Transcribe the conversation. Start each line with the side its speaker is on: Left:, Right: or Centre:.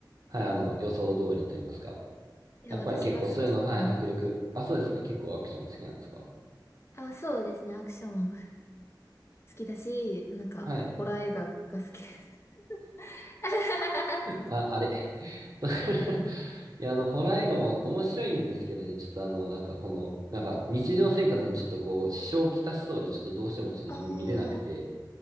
Right: はい、あの、予想通りと言いますか。
Left: いや、
Right: やっぱり結構そういうの、
Left: 私が好き、ちょっと、
Right: はい、
Left: うん。
Right: 迫力。あ、そうですか、結構アクション好きなんですか
Left: あ、そうですね。アクション好きだし、なんか、
Right: はい。
Left: ホラー映画が好きです。<laughs>
Right: あ、あれ。<laughs> いや、あの、ホラー映画も面白いんですけどね、ちょっとあの、なんかこの、なんか日常生活にちょっとこう、支障をきたしそうで、ちょっとどうしてもちょっと自分見れなくて、
Left: ああ、